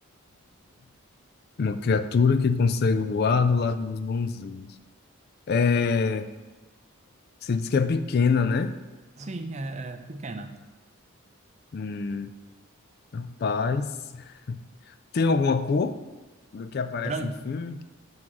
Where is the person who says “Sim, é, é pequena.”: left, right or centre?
Right